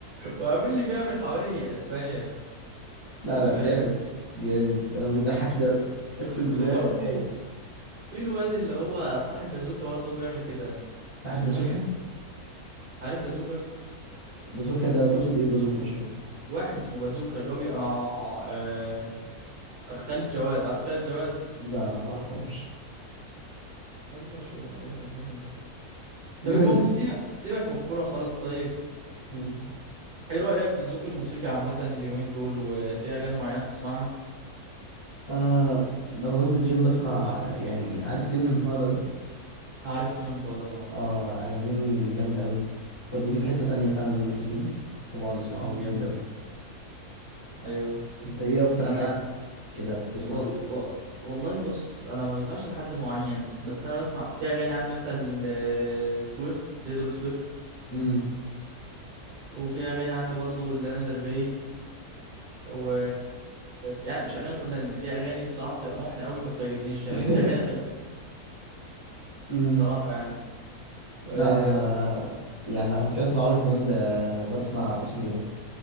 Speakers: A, on the right (about 80°); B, on the left (about 20°).
A: وعامل لي بيعمل حواري اسبانيا انت
B: لا
A: فاهم
B: لا جامد جامد انا بيضحك ده أوي. اقسم بالله
A: وبرضه
B: رايق
A: في الواد اللي هو صاحب بازوكا برضه بيعمل كده
B: صاحب
A: اسمه
B: بازوكا
A: ايه عارف بازوكا
B: بازوكا ده تقصد ايه بازوكا مش فاهم
A: واحد اسمه بازوكا اللي هو بيبقى مع آه... خالد جواد عارف خالد جواد
B: لا لا معرفهمش
A: الناس دي مشهوره مش عارف انت مش عارف ازاي طب
B: المهم
A: المهم سيبك سيبك من الكوره خالص طيب
B: مم.
A: ايه رايك في الذوق الموسيقي عامه اليومين دول وفي اغاني معينه بتسمعها
B: انا لما بنزل جيم بسمع يعني عارف تيم امبالا ده
A: عارف تيمين بولا طبعا
B: اه اغانيه جامده قوي توديني في حته تانية فعلا وانا في الجيم فبقعد اسمعه
A: امم
B: جامد قوي
A: ايوه
B: انت ايه اكتر
A: انا
B: حاجه كده بتسمعها
A: وال... و... والله بص انا ما بسمعش لحد معين بس انا بسمع في اغاني عندي مثلا ل- سويفت تيدرو سويفت
B: امم
A: وفي اغاني عندي برضو لانا ديل ري و يعني مش اغاني كلها لان في اغاني بصراحه بتبقى محنه قوي ما بتعجبنيش يعني
B: <laughs>
A: بس في اغاني حلوه
B: امم
A: بصراحه يعني
B: لا
A: آه،
B: انا يعني لو هنتكلم في العربي كمان ب... بسمع اسمه ايه ده